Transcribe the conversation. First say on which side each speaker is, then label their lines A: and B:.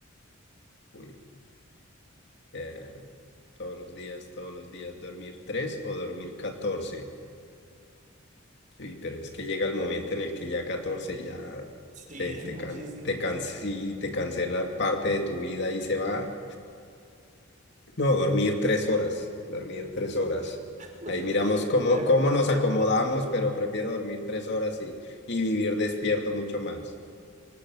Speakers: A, on the left (about 55°); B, on the right (about 35°).
A: Uy, eh, todos los días, todos los días, dormir tres o dormir catorce Uy, pero es que llega el momento en el que ya 14 ya
B: Sí,
A: te,
B: es
A: te,
B: muchísimo.
A: can- te, can- sí, te cancela parte de tu vida y se va No, dormir tres horas, dormir tres horas.
B: <laughs>
A: Ahí miramos cómo,
B: Acostumbrarte.
A: cómo nos acomodamos, pero prefiero dormir tres horas y, y vivir despierto mucho más.